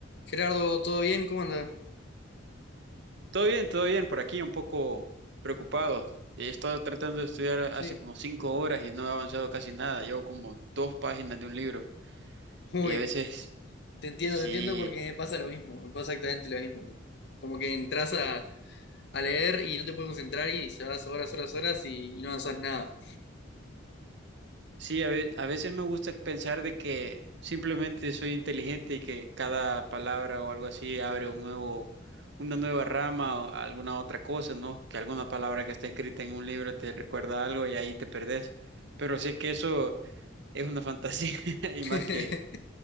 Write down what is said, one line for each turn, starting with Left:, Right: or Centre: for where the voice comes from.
Left: Gerardo, ¿todo bien? ¿Cómo anda?
Right: Todo bien, todo bien, por aquí un poco preocupado. He estado tratando de estudiar hace
Left: Sí,
Right: como cinco horas y no he avanzado casi nada. Llevo como dos páginas de un libro
Left: Uy,
Right: y a veces,
Left: te entiendo,
Right: sí,
Left: te entiendo porque me pasa lo mismo, me pasa exactamente lo mismo. Como que entras a, a leer y no te puedes concentrar y llevas horas, horas, horas y, y no avanzas nada.
Right: sí, a ve- a veces me gusta pensar de que simplemente soy inteligente y que cada palabra o algo así abre un nuevo, una nueva rama o alguna otra cosa, ¿no? Que alguna palabra que está escrita en un libro te recuerda algo y ahí te perdés. Pero sé que eso es una fantasía <laughs>
Left: <laughs>
Right: y más que,